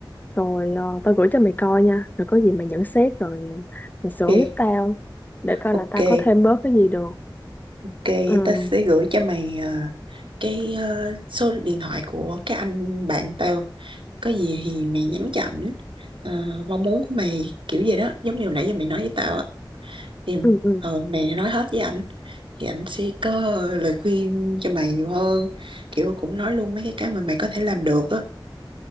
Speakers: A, on the left (about 20°); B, on the right (about 80°).
A: rồi ờ, tao gửi cho mày coi nha rồi có gì mày nhận xét rồi mày sửa
B: ok
A: giúp tao để coi
B: ok
A: là tao có thêm bớt cái gì được
B: ok vậy
A: ừ
B: ta sẽ gửi cho mày ờ, cái ờ, số điện thoại của cái anh bạn tao có gì thì mày nhắn cho ảnh Ờ, mong muốn của mày kiểu gì đó giống như hồi nãy giờ mày nói với tao á thì
A: ừ ừ
B: ờ, mày nói hết với ảnh thì ảnh sẽ có lời khuyên cho mày nhiều hơn kiểu cũng nói luôn mấy cái cái mà mày có thể làm được á